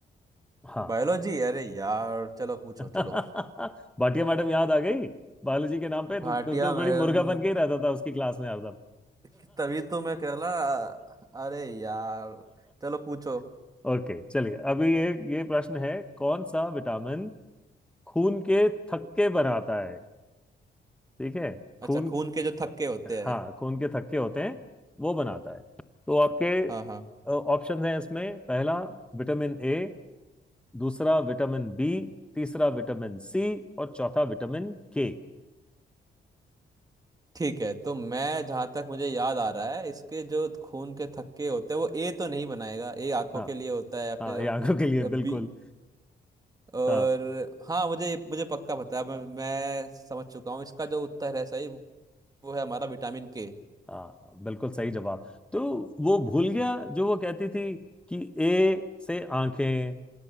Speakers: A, in the centre; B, on the right (about 20°).
A: हाँ
B: बायोलॉजी अरे यार चलो पूछो
A: <laughs>
B: चलो
A: भाटिया मैडम याद आ गई बायोलॉजी के नाम पे
B: भाटिया
A: तू तू तो बड़ी
B: मैडम
A: मुर्गा बन के ही रहता था उसकी क्लास में हरदम
B: कि तभी तो मैं कह रहा अरे यार चलो पूछो
A: <laughs> ओके चलिए अभी ये ये प्रश्न है कौन सा विटामिन खून के थक्के बनाता है ठीक है खून
B: अच्छा खून के जो थक्के होते हैं
A: हाँ खून के थक्के होते हैं वो बनाता है तो आपके
B: हाँ हाँ
A: ऑप्शन हैं इसमें पहला विटामिन ए दूसरा विटामिन बी तीसरा विटामिन सी और चौथा विटामिन के
B: ठीक है तो मैं जहाँ तक मुझे याद आ रहा है इसके जो खून के थक्के होते हैं वो ए तो नहीं बनाएगा ए आंखों
A: हाँ
B: के लिए होता है या
A: हाँ
B: फिर
A: ये आंखों के लिए
B: बी
A: बिल्कुल
B: और
A: हाँ
B: हाँ मुझे मुझे पक्का पता है मैं, मैं समझ चुका हूँ इसका जो उत्तर है सही वो है हमारा विटामिन के
A: हाँ हाँ, बिल्कुल सही जवाब तो वो भूल गया जो वो कहती थी कि ए से आंखें